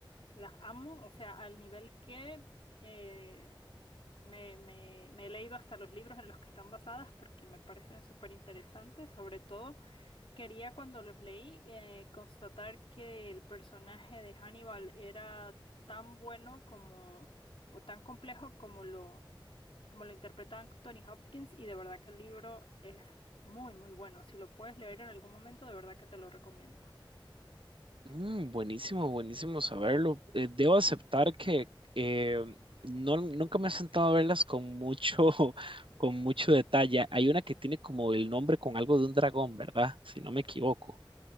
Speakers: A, on the left (about 85°); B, on the right (about 75°).
A: Las amo, o sea, al nivel que eh, me, me- me he leído hasta los libros en los que están basadas porque me parecen súper interesantes. Sobre todo, quería cuando los leí eh, constatar que el personaje de Hannibal era tan bueno como o tan complejo como lo como lo interpreta Anthony Hopkins y de verdad que el libro es muy, muy bueno. Si lo puedes leer en algún momento, de verdad que te lo recomiendo.
B: Mm, buenísimo, buenísimo saberlo. Eh, debo aceptar que eh, no, nunca me he sentado a verlas con mucho, <laughs> con mucho detalle. Hay una que tiene como el nombre con algo de un dragón, ¿verdad? Si no me equivoco